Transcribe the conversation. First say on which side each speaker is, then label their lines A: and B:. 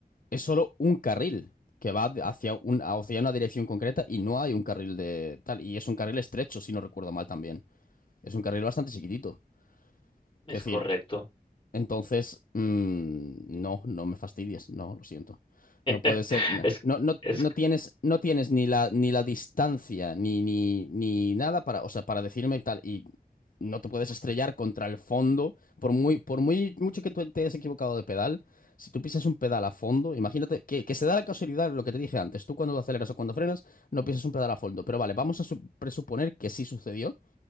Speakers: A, on the left; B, on the left.
A: es solo un carril que va hacia, un, hacia una dirección concreta y no hay un carril de tal. Y es un carril estrecho, si no recuerdo mal también. Es un carril bastante chiquitito.
B: Es
A: Quiero
B: correcto.
A: decir, entonces, mm, no, no me fastidies. No, lo siento. No puede
B: <laughs>
A: ser. No,
B: Es,
A: no, no
B: es
A: no tienes, no tienes ni la, ni la distancia, ni, ni, ni nada para, o sea, para decirme tal. Y no te puedes estrellar contra el fondo. Por muy, por muy mucho que tú te hayas equivocado de pedal, si tú pisas un pedal a fondo, imagínate que, que se da la casualidad lo que te dije antes. Tú cuando aceleras o cuando frenas, no pisas un pedal a fondo. Pero vale, vamos a su- presuponer que sí sucedió